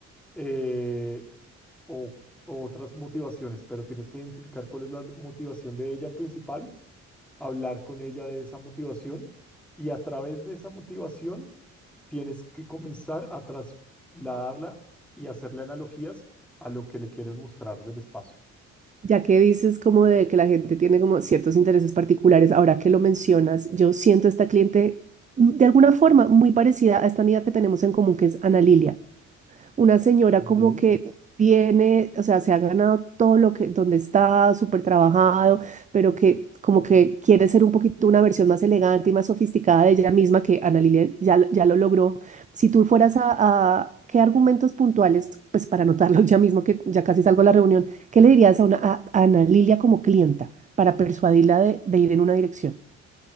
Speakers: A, in the centre; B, on the right.
A: eh, o o otras motivaciones, pero tienes que identificar cuál es la motivación de ella principal hablar con ella de esa motivación y a través de esa motivación tienes que comenzar a trasladarla y hacerle analogías a lo que le quieres mostrar del espacio.
B: Ya que dices como de que la gente tiene como ciertos intereses particulares, ahora que lo mencionas, yo siento esta cliente de alguna forma muy parecida a esta amiga que tenemos en común, que es Ana Lilia una señora
A: Y,
B: como que viene, o sea, se ha ganado todo lo que, donde está, súper trabajado, pero que como que quiere ser un poquito una versión más elegante y más sofisticada de ella misma, que Ana Lilia ya, ya lo logró. Si tú fueras a, a- ¿qué argumentos puntuales, pues para anotarlos ya mismo, que ya casi salgo a la reunión, qué le dirías a, una, a- a Ana Lilia como clienta para persuadirla de, de ir en una dirección?